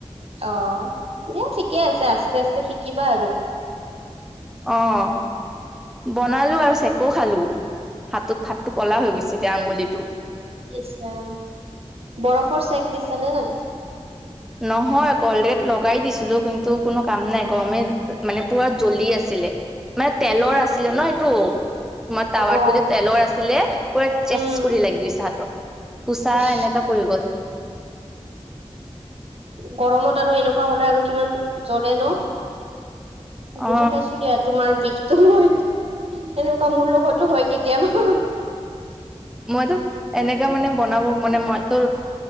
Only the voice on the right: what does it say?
অ', দিয়া ঠিকেই আছে, আস্তে আস্তে শিকিবা আৰু।
ইছ ৰাম, বৰফৰ চেক দিছে নে নাই?
অ
অ
উম
ইচ
গৰমত আৰু এনেকুৱা হ'লে আৰু কিমান জ্বলে ন? <inaudible>
বুজি পাইছো দিয়া তোমাৰ বিষটো মই। <inaudible> এনেকুৱা মোৰ লগতো হয় কেতিয়াবা। <inaudible>